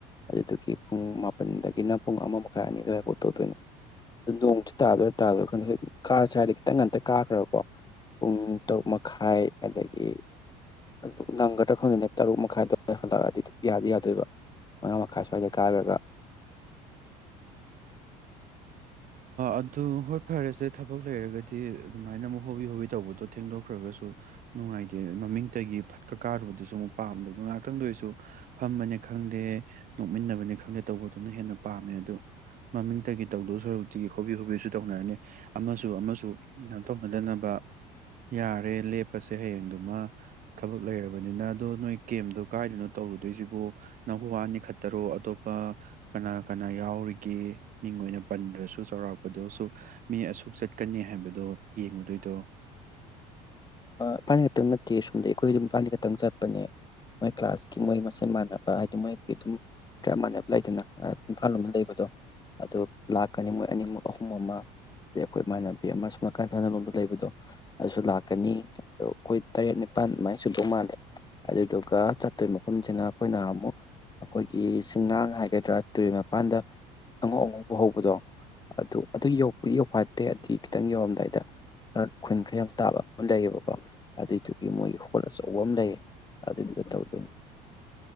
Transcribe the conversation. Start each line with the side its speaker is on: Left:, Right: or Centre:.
Left: ꯑꯗꯨꯗꯨꯒꯤ ꯄꯨꯡ ꯃꯥꯄꯜꯗꯒꯤꯅ ꯄꯨꯡ ꯑꯃ ꯃꯈꯥꯏ ꯑꯅꯤꯗꯋꯥꯐꯥꯎ ꯇꯧꯗꯣꯏꯅꯦ ꯑꯗꯨ ꯅꯣꯡꯁꯨ ꯇꯥꯗꯣꯏꯔ ꯇꯥꯗꯣꯏꯔꯥ ꯈꯪꯗꯦ ꯀꯥ ꯁ꯭ꯋꯥꯏꯗ ꯈꯤꯇꯪ ꯉꯝꯇ ꯀꯥꯈ꯭ꯔꯕꯀꯣ ꯄꯨꯡ ꯇꯔꯨꯛ ꯃꯈꯥꯏ ꯑꯗꯒꯤ ꯑꯗꯨ ꯅꯪꯒꯗ꯭ꯔꯥ ꯈꯪꯗꯅꯦ ꯇꯔꯨꯛ ꯃꯈꯥꯏꯗꯋꯥꯏꯗ ꯍꯜꯂꯛꯑꯗꯤ ꯌꯥꯗꯤ ꯌꯥꯗꯣꯏꯕ ꯃꯉꯥ ꯃꯈꯥꯏ ꯁ꯭ꯋꯥꯏꯗ ꯀꯥꯈ꯭ꯔꯒ
Right: ꯑꯗꯨ ꯍꯣꯏ ꯐꯔꯁꯦ ꯊꯕꯛ ꯂꯩꯔꯒꯗꯤ ꯑꯗꯨꯃꯥꯏꯅ ꯑꯃꯨꯛ ꯍꯣꯕꯤ ꯍꯣꯕꯤ ꯇꯧꯕꯗꯣ ꯊꯦꯡꯗꯣꯛꯈ꯭ꯔꯒꯁꯨ ꯅꯨꯡꯉꯥꯏꯇꯦ ꯃꯃꯤꯡꯇꯒꯤ ꯐꯠꯀ ꯀꯥꯔꯨꯕꯗꯨꯁꯨ ꯑꯃꯨꯛ ꯄꯥꯝꯗ ꯑ ꯑꯗꯨ ꯉꯥꯏꯍꯥꯛꯇꯪꯗ ꯑꯣꯏꯁꯨ ꯐꯝꯕꯅꯦ ꯈꯪꯗꯦ ꯅꯣꯛꯃꯤꯟꯅꯕꯅꯦ ꯈꯪꯗꯦ ꯇꯧꯕꯗꯨꯅ ꯍꯦꯟꯅ ꯄꯥꯝꯃꯦ ꯑꯗꯨ ꯃꯃꯤꯡꯇꯒꯤ ꯇꯧꯗꯁꯨ ꯁꯣꯔꯨꯛꯇꯤꯒꯤ ꯍꯣꯕꯤ ꯍꯣꯕꯤꯁꯨ ꯇꯧꯅꯔꯅꯤ ꯑꯃꯁꯨ ꯑꯃꯁꯨ ꯇꯧꯅꯗꯅꯕ ꯌꯥꯔꯦ ꯂꯦꯞꯄꯁꯦ ꯍꯌꯦꯡꯗꯨꯃ ꯊꯕꯛ ꯂꯩꯔꯕꯅꯤꯅ ꯑꯗꯣ ꯅꯣꯏ ꯀꯦꯝꯗꯣ ꯀꯥꯏꯗꯅꯣ ꯇꯧꯔꯨꯗꯣꯏꯁꯤꯕꯨ ꯅꯪꯕꯨ ꯋꯥꯅꯤ ꯈꯠꯇꯔꯣ ꯑꯇꯣꯞꯄ ꯀꯅꯥ ꯀꯅꯥ ꯌꯥꯎꯔꯤꯒꯦ ꯃꯤꯡ ꯑꯣꯏꯅ ꯄꯟꯗ꯭ꯔꯁꯨ ꯆꯥꯎꯔꯥꯛꯄꯗꯣꯁꯨ ꯃꯤ ꯑꯁꯨꯛ ꯆꯠꯀꯅꯤ ꯍꯥꯏꯕꯗꯣ ꯌꯦꯡꯉꯨꯗꯣꯏꯗꯣ
Left: ꯏꯐꯥꯜꯅꯤ ꯈꯛꯇꯪ ꯅꯠꯇꯦ ꯁꯣꯝꯗ ꯑꯩꯈꯣꯏꯝ ꯏꯝꯐꯥꯜꯅꯤ ꯈꯛꯇꯪ ꯆꯠꯄꯅꯦ ꯃꯣꯏ ꯀ꯭ꯂꯥꯁꯀꯤ ꯃꯣꯏ ꯃꯆꯤꯟ ꯃꯥꯟꯅꯕ ꯍꯥꯏꯗꯤ ꯃꯣꯏꯒꯤ ꯑꯗꯨꯝ ꯈ꯭ꯔꯞ ꯃꯥꯟꯅꯕ ꯂꯩꯗꯅ ꯏꯝꯐꯥꯜ ꯂꯣꯝꯗ ꯂꯩꯕꯗꯣ ꯑꯗꯨ ꯂꯥꯛꯀꯅꯤ ꯃꯣꯏ ꯑꯅꯤꯃꯛ ꯑꯍꯨꯝ ꯑꯃ ꯑꯗꯩ ꯑꯩꯈꯣꯏ ꯏꯃꯥꯟꯅꯕꯤ ꯑꯃ ꯁꯨꯝ ꯅꯥꯀꯥꯟ ꯁꯥꯟꯅ ꯂꯣꯝꯗ ꯂꯩꯕꯗꯣ ꯑꯗꯨꯁꯨ ꯂꯥꯛ ꯆꯀꯅꯤ ꯑꯗꯣ ꯑꯩꯈꯣꯏ ꯇꯔꯦꯠ ꯅꯤꯄꯥꯜ ꯑꯗꯨꯃꯥꯏꯅ ꯁꯨꯗꯧ ꯃꯥꯜꯂꯦ ꯑꯗꯨꯗꯨꯒ ꯆꯠꯇꯣꯏ ꯃꯐꯝꯁꯤꯅ ꯑꯩꯈꯣꯏꯅ ꯑꯃꯨꯛ ꯑꯩꯈꯣꯏꯒꯤ ꯤꯡꯉꯥꯡ ꯍꯥꯏꯒꯗ꯭ꯔꯥ ꯇꯨꯔꯔꯤ ꯃꯄꯥꯟꯗ ꯑꯉꯧ ꯑꯉꯧꯕ ꯍꯧꯕꯗꯣ ꯑꯗꯨ ꯑꯗꯨ ꯌꯣꯛꯄꯒꯤ ꯌꯧꯐꯠꯇꯦ ꯑꯗꯨꯗꯤ ꯈꯤꯇꯪ ꯌꯧꯔꯝꯗꯥꯏꯗ ꯈꯔ ꯈꯨꯟ ꯈꯔ ꯌꯥꯝ ꯇꯥꯕ ꯂꯩꯌꯦꯕꯀꯣ ꯑꯗꯨꯏꯗꯨꯒꯤ ꯃꯣꯏꯒꯤ ꯍꯣꯜ ꯑꯆꯧꯕ ꯑꯃ ꯂꯩꯌꯦ ꯑꯗꯨꯗꯨꯗ ꯇꯧꯗꯣꯏꯅꯤ